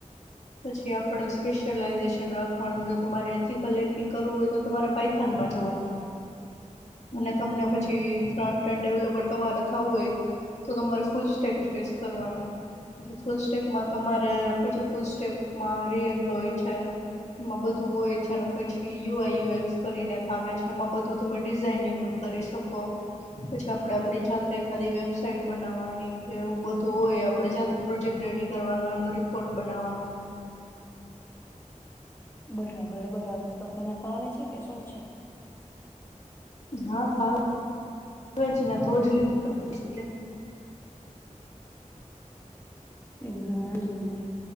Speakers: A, on the left (about 60°); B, on the left (about 20°).
A: પછી આપ સ્પેશલાઝેશન રાખવાનું જો તમારે અથીકલ હેકિંગ કરવું હોય તો તમારે પાઇથાનમાં જવાનું. અને તમને પછી ફ્રન્ટન ડેવલપર તમારે થવું હોય તો તમારે ફૂલ સેક ચોઈસ કરવાનું ફૂલ સ્ટેકમાં તમારે પછી ફૂલ સ્ટેકમાં રિએક્ટ હોય છે એમાં બધું હોય છે પછી યુ આયુક્સ કરીને આવે છે એમાં બધું તમે ડિઝઇનિંગ નું કરી શકો પછી આપણે આપડી જાતે એકાદી વેબસાઇટ બનાવવાની કે એવુ બધું હોય આપણે જાતે પ્રોજેક્ટ રેડી કરવાનો એનો રિપોર્ટ બનાવાનો.
B: બરાબર બરાબર તો તને ફાવે છે કે શું છે.
A: હા ફાવેને તો જ ને તોજ લીધું ને બી. સી. એ.
B: એવું વાંધો નહી